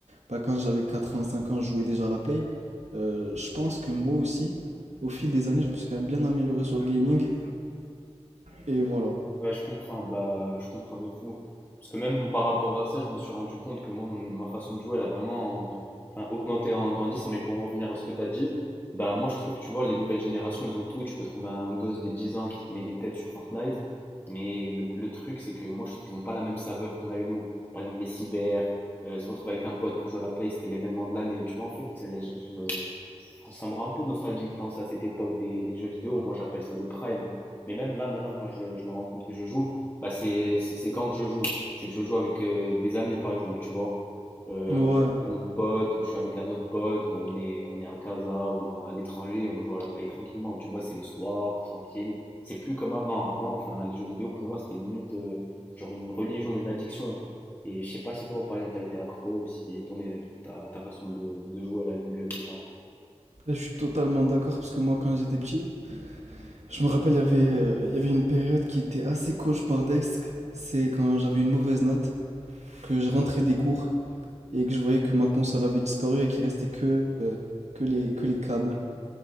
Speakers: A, on the right; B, on the left.
A: bah, quand j'avais 4 ans, 5 ans, je jouais déjà à la Play, euh, je pense que moi aussi, au fil des années, je me suis quand même bien amélioré sur le gaming. Et voilà.
B: Ouais, je comprends, bah, je comprends de fou. Parce que même par rapport à ça, je me suis rendu compte que moi, mon- ma façon de jouer, elle a vraiment enfin, augmenté en grandissant. Mais pour en revenir à ce que tu as dit, bah, moi, je trouve que tu vois, les nouvelles générations, elles ont tout. Tu peux trouver un gosse de 10 ans qui te met des têtes sur Fortnite. Mais le, le truc, c'est que moi, je trouve qu'ils n'ont pas la même saveur qu'on a eu nous. Par exemple, les cyber, euh, se retrouver avec un pote pour jouer à la Play, c'était l'événement de l'année. Tu vois, en fait, c'est- je- je- ça me rend un peu nostalgique de penser à cette époque des, des jeux vidéo. Moi, j'appelle ça le prime. Mais même là, maintenant, quand je, je me rends compte que je joue, bah c'est c'est- c'est quand que je joue. C'est que je joue avec euh, des amis, par exemple, tu vois. Euh,
A: Ouais,
B: je suis
A: là,
B: avec mon pote ou je suis avec un autre pote, bah, on est, on est à casa, on est à l'étranger, on joue à la play tranquillement, tu vois, c'est le soir, tranquille. C'est plus comme avant. Avant, enfin, les jeux vidéo, pour moi, c'était limite euh, genre une religion, une addiction. Et je sais pas si toi, par exemple, t'as été accro ou si ton, euh, ta, ta façon de, de jouer, elle a évolué avec le temps.
A: je suis totalement d'accord, parce que moi, quand j'étais petit, je me rappelle, il y avait, euh, il y avait une période qui était assez cauchemardesque. C'est quand j'avais une mauvaise note, que je rentrais des cours et que je voyais que ma console avait disparu et qu'il restait que, euh, que les, que les câbles.